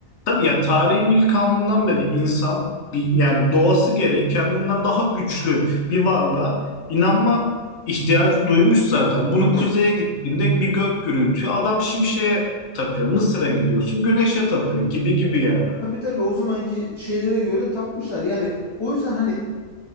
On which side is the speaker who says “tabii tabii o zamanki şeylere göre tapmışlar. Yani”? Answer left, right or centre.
Left